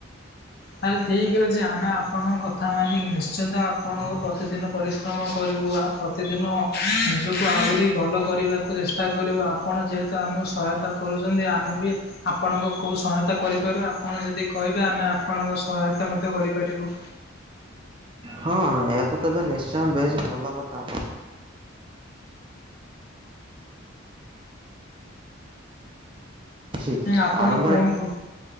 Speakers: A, on the left; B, on the right.
A: ତାହେଲେ ଠିକ ଯେ ଆମେ ଆପଣଙ୍କ କଥା ମାନିକି ନିଶ୍ଚିନ୍ତ ଆପଣଙ୍କୁ ପ୍ରତିଦିନ ପରିଶ୍ରମ କରିବୁ ଆଉ ପ୍ରତିଦିନ ନିଜକୁ ଆହୁରି ଭଲ କରିବାକୁ ଚେଷ୍ଟା କରିବୁ ଆପଣ ଯେହେତୁ ଆମକୁ ସହାୟତା କରୁ। ଆମେ ବି ଆପଣଙ୍କ କଉ ସୟ କରିପାରୁ ଆପଣ ଯଦି କହିବେ ଆମେ ଆପଣଙ୍କ ସହାୟତା ମଧ୍ୟ କରିପାରିବୁ।
B: ହଁ ଏହା ତ ତବେ ନିଶ୍ଚୟ ବେଶ ଭଲ କଥା ଆପଣ ଅଛି
A: ଆପଣ
B: ଆରମ୍ଭରେ
A: କୁହନ୍ତୁ।